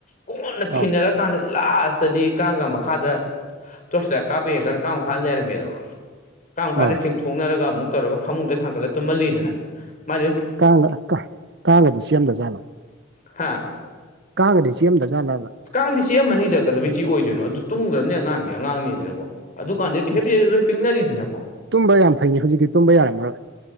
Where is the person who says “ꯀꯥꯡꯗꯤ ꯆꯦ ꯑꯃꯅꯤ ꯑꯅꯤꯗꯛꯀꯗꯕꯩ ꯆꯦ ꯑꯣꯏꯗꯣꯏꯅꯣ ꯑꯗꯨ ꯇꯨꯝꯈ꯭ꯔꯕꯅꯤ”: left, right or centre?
Left